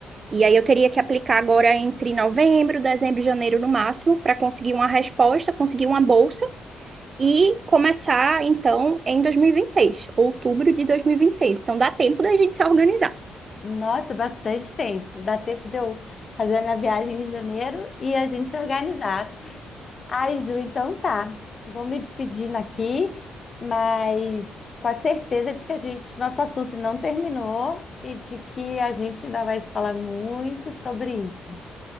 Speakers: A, on the right; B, on the left.
A: E aí eu teria que aplicar agora entre novembro, dezembro e janeiro no máximo para conseguir uma resposta, conseguir uma bolsa e começar então em 2026, outubro de 2026. Então dá tempo da gente se organizar.
B: Nossa, bastante tempo. Dá tempo de eu fazer a minha viagem em janeiro e a gente se organizar. Ai, Ju, então tá. Vou me despedindo aqui, mas com a certeza de que a gente, nosso assunto não terminou e de que a gente ainda vai se falar muito sobre isso.